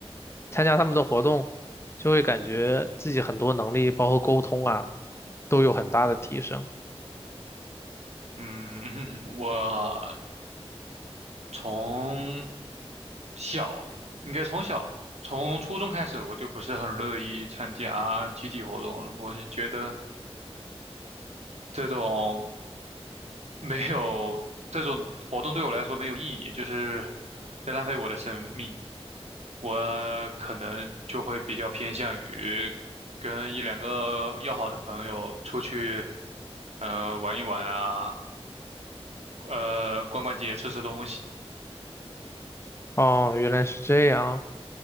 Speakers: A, on the left; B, on the right.
A: 参加他们的活动，就会感觉自己很多能力，包括沟通啊，都有很大的提升。
B: 嗯，<laughs> 我从小，应该从小，从初中开始，我就不是很乐意参加集体活动了。我就觉得这种没有这种活动对我来说没有意义，就是在浪费我的生命。我可能就会比较偏向于跟一两个要好的朋友出去，呃，玩一玩啊，呃，逛逛街，吃吃东西。
A: 哦，原来是这样。